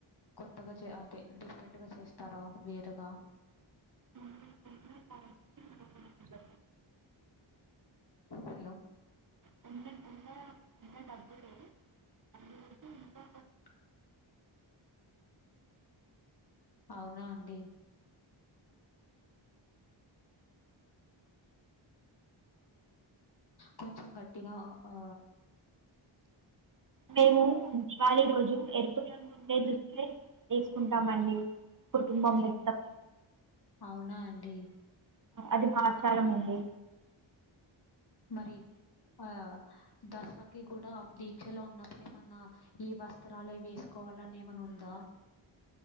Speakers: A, on the left; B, on the right.
A: కొత్తగా చే అంటే డిఫరెంట్గా చేస్తారా వేరుగా
B: కోన్నీ కొన్ని కాయిన్స్ కి లోపలే పూజండి
A: హలో
B: కొన్ని ఉన్న ఉన్న డబ్బు లోనే అందులోకి ఇంకా
A: <inaudible> అవునా అండి కొంచెం గట్టిగా ఆ
B: మేము దివాళి రోజు ఎరుపు రంగు ఇవే దుస్తులే వేసుకుంటామండి కుటుంబం మొత్తం
A: అవునా అండి
B: అది మా ఆచారం అండి
A: మరి ఆ దసరాకి కూడా దీక్షలో ఉన్నప్పుడేమన్నా ఈ వస్త్రాలే వేసుకోవాలని ఏమన్న ఉందా